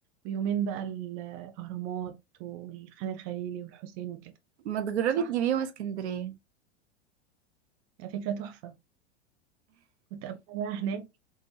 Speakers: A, on the right; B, on the right.
A: ويومين بقى الاهرامات والخان الخليلي والحسين وكده
B: ما تجربي
A: صح
B: تجيبيهم اسكندرية
A: فكرة تحفة ونتقابل بقى هناك